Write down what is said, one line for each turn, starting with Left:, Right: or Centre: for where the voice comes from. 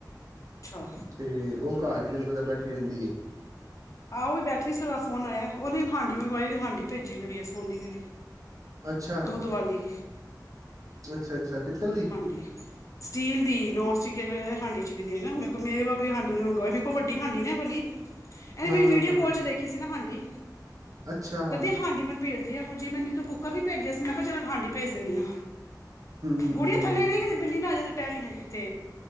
Left: ਅੱਛਾ।
Right: ਤੇ ਉਹ ਘਰ ਹੀ ਤੈਨੂੰ ਪਤਾ ਬੈਠੀ ਰਹਿਣ ਦੀ ਏ
Left: ਆਹੋ ਵੀ ਬੈਠੀ ਸੀ ਫੋਨ ਆਇਆ ਉਹਨੇ ਹਾਂਡੀ ਮੰਗਵਾਈ ਹਾਂਡੀ ਭੇਜੀ ਕੁੜੀ ਸੋਨੀ ਦੀ ਵੀ
Right: ਅੱਛਾ
Left: ਦੂਧ ਵਾਲੀ।
Right: ਅੱਛਾ, ਅੱਛਾ। ਪਿੱਤਲ
Left: ਦੁੱਧ
Right: ਦੀ
Left: ਵਾਲੇ ਭਾਂਡੇ ਸਟੀਲ ਦੀ, ਨੋਨ ਸਟਿਕ <unintelligible> ਮੇਰੇ ਕੋਲ ਵੱਡੀ ਹਾਂਡੀ ਮੰਗਵਾਈ ਮਰੇ ਕੋਲ ਵੱਡੀ ਹਾਂਡੀ ਏ ਨਾ ਐ ਵਾਲੀ ਐਨੇ
Right: ਹਾਂ
Left: ਮੇਰੀ
Right: ਹਾਂ
Left: ਵੀਡੀਓ
Right: ਹਾਂ
Left: ਕੋਲ
Right: ਹਾਂ
Left: ਚ ਦੇਖੀ ਸੀ ਨਾ ਹਾਂਡੀ,
Right: ਅੱਛਾ
Left: ਕੈਂਦੀ ਹਾਂਡੀ ਮੈਨੂੰ ਪੇਜ ਦੀ ਐਹੋ ਜੀ, ਮੈਂ ਤੂੰ ਕੁੱਕਰ ਵੀ ਪੇਜਯਾ ਸੀ, ਮੈਂ ਚਲ ਹੁਨ ਹਾਂਡੀ ਪੇਜ ਦੇਨੀ ਆਂ।
Right: ਹਮ ਹਮ
Left: ਗੁੜੀਯਾ
Right: ਹਮ ਹਮ
Left: ਥੱਲੇ ਰਈ ਕਿਤੇ ਬਿੱਲੀ ਨਾ ਆਜੇ, ਤੇ ਟੈਲੀ ਜਾਈਂ, ਤੇ